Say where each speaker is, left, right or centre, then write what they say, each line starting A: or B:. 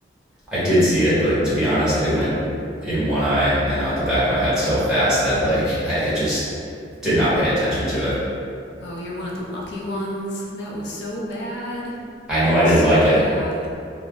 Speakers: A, in the centre; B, on the left.
A: I did see it, but to be honest, it went in one eye and out the back of my head so fast that like I had just did not pay attention to it.
B: Oh, you're one of the lucky ones. That was so bad.
A: I know
B: It
A: I
B: was
A: didn't
B: so
A: like it.
B: bad.